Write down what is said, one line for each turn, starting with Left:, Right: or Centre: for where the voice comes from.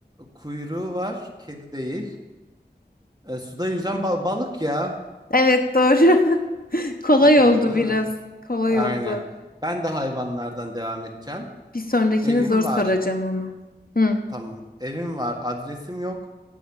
Right: Kuyruğu var, kedi değil. Ee, suda yüzen ba- balık ya.
Left: Evet doğru. <laughs> Kolay
Right: Doğru
Left: oldu
Right: değil
Left: biraz.
Right: mi?
Left: Kolay
Right: Aynen.
Left: oldu.
Right: Ben de hayvanlardan devam edeceğim.
Left: Bir sonrakini
Right: Evim
Left: zor soracağım
Right: var.
Left: ama. Hı.
Right: Tamam. Evim var. Adresim yok.